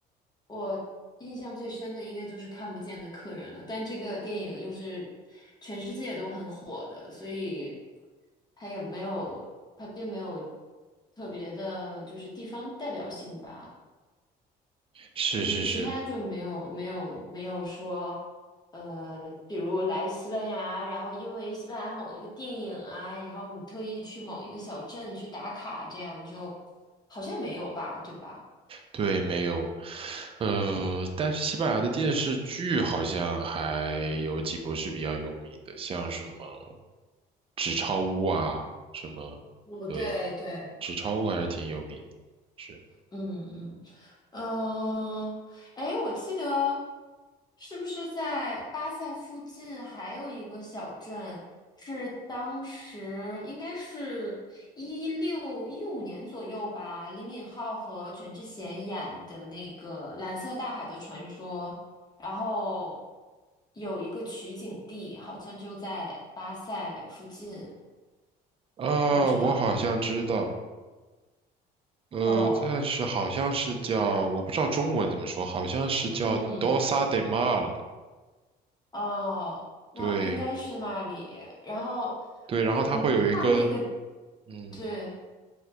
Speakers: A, on the left; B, on the right.
A: 我印象最深的应该就是《看不见的客人》了，但这个电影又是全世界都很火的，所以它也没有，它并没有特别的，就是地方代表性吧。
B: 是是是，
A: 嗯，其他就没有没有没有说，呃，比如来西班牙，然后因为西班牙某一个电影啊，然后你特意去某一个小镇去打卡，这样就好像没有吧，对吧？
B: 对，没有，呃，但是西班牙的电视剧好像还有几部是比较有名的，像什么《纸钞屋》啊，什么，
A: 哦，
B: 对，
A: 对对，
B: 《纸钞屋》还是挺有名的。是，
A: 嗯嗯，呃，哎，我记得是不是在巴塞附近还有一个小镇，是当时应该是一六一五年左右吧，李敏镐和全智贤演的那个《蓝色大海的传说》，然后有一个取景地，好像就在巴塞附近，
B: 呃，
A: 你知道吗？
B: 我好像知道，呃，
A: 哦，
B: 但是好像是叫，我不知道中文怎么说，好像是叫《Dosa
A: 嗯。
B: de Mar》。
A: 哦，那应该是那里。
B: 对
A: 然后，
B: 对，然后它会有一个，
A: 嗯，看那个，
B: 嗯，
A: 对，